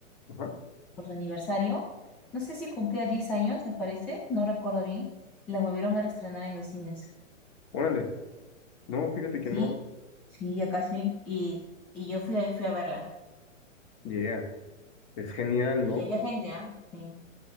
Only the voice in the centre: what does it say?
por su aniversario, no sé si cumplía 10 años, me parece, no recuerdo bien, la volvieron a reestrenar en los cines.
Sí,
sí, acá sí. Y, y yo fui, a- fui a verla.
Y
había gente, ¿ah? Sí.